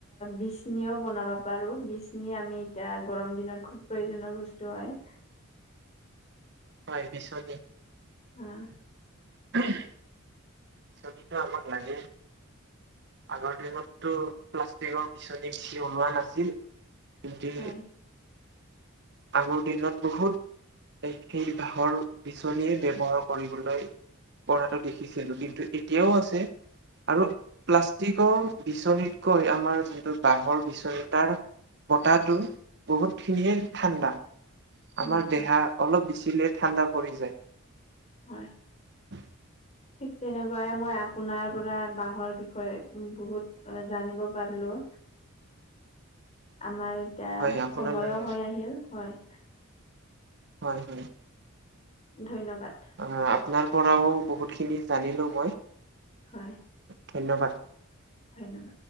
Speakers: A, on the left; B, on the right.
A: বিচনিও বনাব পাৰোঁ, বিচনি আমি এতিয়া গৰম দিনত খুব প্ৰয়োজনীয় বস্তু হয়।
B: হয়, বিছনী
A: হয়
B: <unintelligible> বিছনীটো আমাক লাগেই। আগৰ দিনতো প্লাষ্টিকৰ বিচনী বেছি ওলোৱা নাছিল, কিন্তু
A: হয়
B: আগৰ দিনত বহুত সেই, সেই বাঁহৰ বিচনীয়ে ব্যৱহাৰ কৰিবলৈ কৰাটো দেখিছিলোঁ কিন্তু এতিয়াও আছে আৰু প্লাষ্টিকৰ বিচনীতকৈ আমাৰ যোনটো বাঁহৰ বিচনী তাৰ বতাহটো বহুতখিনিয়ে ঠাণ্ডা,
A: হয়
B: আমাৰ দেহা
A: হয় হয়
B: অলপ বিচিলেই ঠাণ্ডা পৰি যায়।
A: হয়।
B: <inaudible>
A: ঠিক তেনেকুৱাই মই আপোনাৰ পৰা বাঁহৰ বিষয়ে বহুত জানিব পাৰলোঁ।
B: <inaudible>
A: আমাৰ এতিয়া
B: হয় আপোনাৰ
A: সময়ো
B: লাগে।
A: হৈ আহিল, হয়।
B: হয়, হয়।
A: ধন্যবাদ।
B: অ', আপোনাৰ পৰাও বহুতখিনি জানিলোঁ মই।
A: হয়।
B: ধন্যবাদ।
A: ধন্যবাদ।